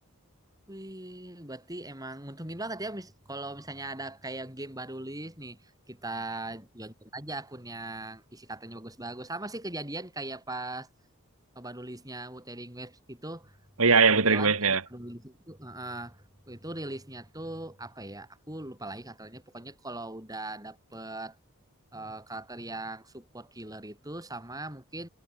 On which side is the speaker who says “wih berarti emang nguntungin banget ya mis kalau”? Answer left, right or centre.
Right